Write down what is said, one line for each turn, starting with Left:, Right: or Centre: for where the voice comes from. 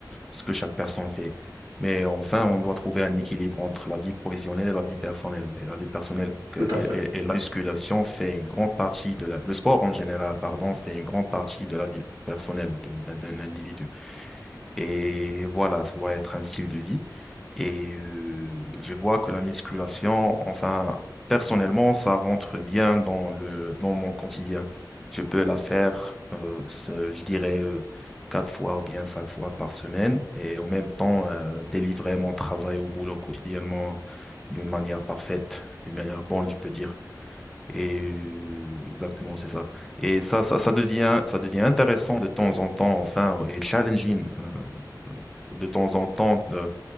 Centre: ce que chaque personne fait. Mais enfin, on doit trouver un équilibre entre la vie professionnelle et la vie personnelle. Et la vie personnelle que-
Right: Tout
Centre: et,
Right: à fait.
Centre: et- et la musculation fait une grande partie de la, le sport en général, pardon, fait une grande partie de la vie personnelle de- d'un d'un individu. Et voilà, ça doit être un style de vie. Et euh, je vois que la musculation, enfin, personnellement, ça rentre bien dans le dans mon quotidien. Je peux la faire, euh, ce- je dirais, euh, quatre fois ou bien cinq fois par semaine et en même temps euh, délivrer mon travail au boulot quotidiennement d'une manière parfaite, d'une manière bonne, je peux dire. Et euh, exactement, c'est ça. Et ça, ça, ça devient, ça devient intéressant de temps en temps, enfin, et challenging. euh, de temps en temps de,